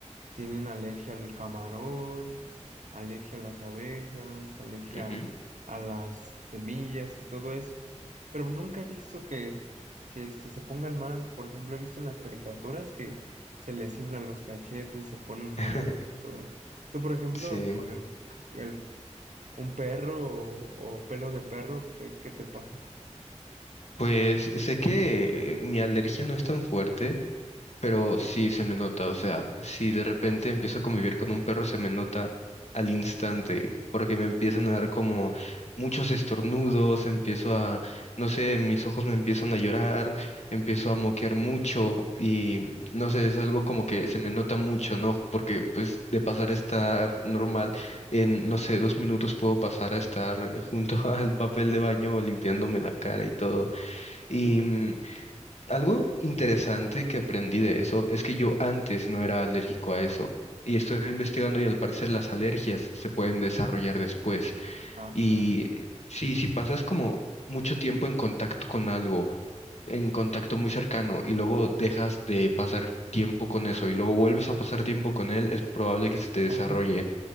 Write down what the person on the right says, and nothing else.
tienen alergia al camarón, alergia a las abejas, alergia
a las semillas y todo eso, pero nunca he visto que, que este, se pongan mal. Por ejemplo, he visto en las caricaturas que se les inflan los cachetes, se ponen morados
y todo eso. Tú, por ejemplo,
con el, el- un perro o, o pelo de perro, ¿qué, qué te pasa?
No.
Ah,
caray.
Oh,